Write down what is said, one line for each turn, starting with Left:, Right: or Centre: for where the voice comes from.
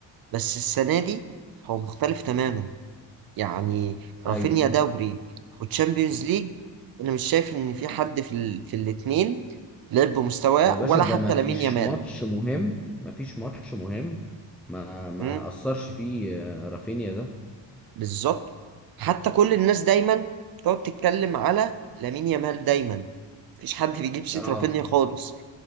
Right: بس السنة دي هو مختلف تماما يعني رافينيا
Centre: ايوه
Right: دوري وتشامبيونز ليج انا مش شايف ان في حد في ال... في الاتنين لعب بمستواه
Centre: يا باشا
Right: ولا
Centre: ده
Right: حتى
Centre: ما فيش
Right: لامين يامال
Centre: ماتش مهم ما فيش ماتش مهم ما ما
Right: مم،
Centre: اثرش فيه آه، رافينيا ده
Right: بالظبط حتى كل الناس دايما تقعد تتكلم على لامين يامال دايما مفيش حد بيجيب سيرة
Centre: اه
Right: رافينيا خالص